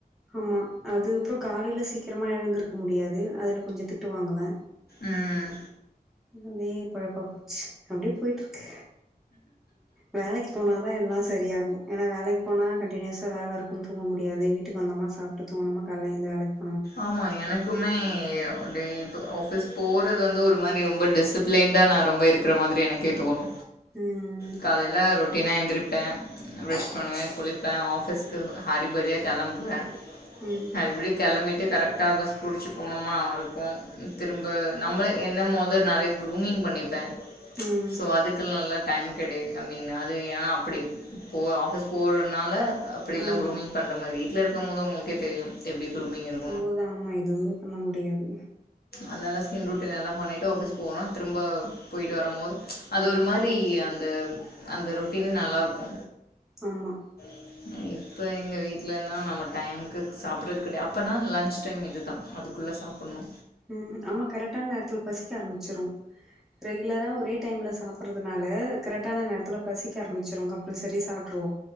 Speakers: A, in the centre; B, on the left.
A: ஆமா அது அப்ற காலைல சீக்கிரமா எழுந்திருக்க முடியாது அதுல கொஞ்சோ த திட்டுவாங்குவ
B: ம்
A: அதே பொழப்பா போச்சு அப்டியே போய்ட்ருக்கு வேலைக்கு போனாதா எல்லா சரியாகு ஏன்னா வேலைக்கு போனா கண்டினியூஸா வேல இருக்கு தூங்க முடியு எத வீட்டுக்கு வந்தமா சாப்ட்டு தூங்ணமா காலைல எந்திரிச்சு வேலைக்கு போ
B: ஆமா எனக்கு மே ஆல்வே இப்போ ஆஃபிஸ் போறது வந்து ஒரு மாரி ரொம்ப டிசிப்லிண்டா நா ரொம்ப இருக்குற மாதிரி எனக்கு இப்பே தோணு
A: ம்
B: காலைல ரொட்டினா எந்திரிப்ப ப்ரஷ் பண்ணுவ குளிப்ப ஆஃபீஸ்க்கு அரிபரியா கெளம்புவ
A: ம்
B: மறுபடி கெளம்பி ட்டு கரெக்ட்டா பஸ் புடிச்சு போனமா இருக்கு திரும்ப நம்மள என்ன மொத நெறய கூரிமிங் பண்ணி ப்ப
A: ம்
B: சோ அதுக்கு நல்லா டைம் த்ரடி ஐ மீன் அது ஏ அப்டி ஆஃபிஸ் போறதுனால அப்டில்லா
A: ஆமா
B: க்ரூமிங் பண்ற மாதிரி வீட்ல இருக்கு போது உங்களுக்கே தெரியு எப்டி க்ரூமிங்குனு
A: மோதாம்மா எதுவு பண்ண முடியாது
B: அந்தெல்லா ஸ்கின் ரோட்டின் எல்லா பண்ணிட்டு ஆஃபீஸ் போவ திரும்ப போய்ட்டு வரும்போது அது ஒரு மாரி அந்த அந்த ரொட்டின் நல்லாருக்கு
A: ஆமா
B: <inaudible> இப்போ எங்க வீட்லனா நம்ம டைமுக்கு சாப்ட்றது கெடையா அப்பனா லன்ச் டைம் இது தா அதுக்குள்ள சாப்புட்ணு
A: ம் ஆமா கரெக்டான நேரத்ல பசிக்க ஆரம்பிச்சுரு ரெகுலரா ஒரு ஒரே டைம்ல சாப்ட்றதுனால கரெக்டான நேரத்ல பசிக்க ஆரமிச்சிரு கம்பல்சரி சாப்ட்ருவோ